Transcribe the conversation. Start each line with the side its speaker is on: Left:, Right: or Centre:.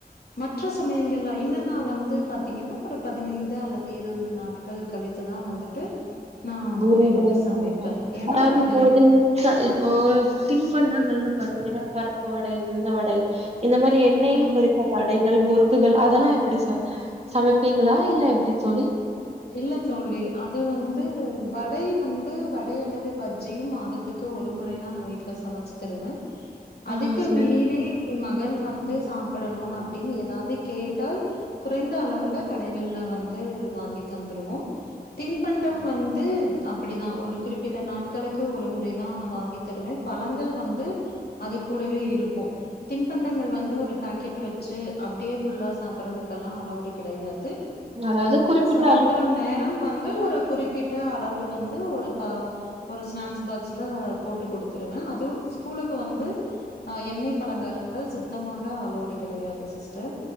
Left: மற்ற சமயங்கல்ல என்னன்னா வந்து பார்த்தீங்கன்னா ஒரு பதினைந்து அல்லது இருபது நாட்கள் கழித்துதா வந்துட்டு நான்
Right: தூரிங்கிறது
Left: பூரி வந்து சமைப்பேன்.
Right: <unintelligible>
Left: ஏன்னா
Right: அதாவது
Left: அதுல
Right: இப்ப வந்து இப்போ தின்பண்டங்கள் பார்த்தீங்கன்னா பருப்பு வடை உளுந்த வடை இந்த மாரி எண்ணெய்
Left: ம்.
Right: பொறித்த வடைகள் முறுக்குகள் அதெல்லா எப்டி சமைப்பீங்களா இல்ல எப்டி தோழி
Left: இல்ல தோழி அது வந்து வடை வந்து வடை அல்லது பஜ்ஜியும் மாதத்துக்கு ஒரு முறைதா நா வீட்டுல சமச்சிதருவ அதுக்கு
Right: ஆ சரி
Left: மீறி என் மகன் வந்து சாப்டணும்னு அப்டின்னு ஏதாவது கேட்டால் குறைந்த அளவுல கடைகள்ல வந்து வாங்கி தந்துருவோ தின்பண்டம் வந்து அ அப்டிதா ஒரு குறிப்பிட்ட நாட்களுக்கு ஒரு முறைதா வாங்கி தருவ பழங்கள் வந்து அது கூடவே இருக்கு தின்பண்டங்கள் வந்து ஒரு பேக்கெட் வச்சு அப்டியே ஃபுல்லா சாப்பிட்றதுக்கெல்லா அளவுடு கிடையாது
Right: அதாவது குறிப்பிட்டு
Left: சாய்ந்திரம் நேரம் வந்து ஒரு குறிப்பிட்ட அளவு வந்து ஒரு ப ஒரு ஸ்நாக்ஸ் பாக்ஸ்ல போட்டு குடுத்துருவே அதுவும் ஸ்கூலுக்கு வந்து ஆ எண்ணெய் பலகாரங்கள் சுத்தமாக அலோடு கிடையாது சிஸ்டர்